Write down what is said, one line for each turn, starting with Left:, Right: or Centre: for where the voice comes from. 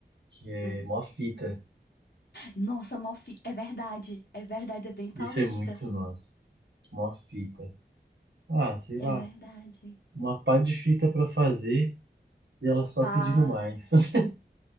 Right: que é
Left: Hum.
Right: mó fita.
Left: Nossa, Mofi, é verdade. É verdade, é bem paulista.
Right: Isso é muito nosso. Uma fita. Ah, sei
Left: É
Right: lá.
Left: verdade.
Right: Uma pá de fita pra fazer e ela só
Left: Pá.
Right: pedindo mais. <laughs>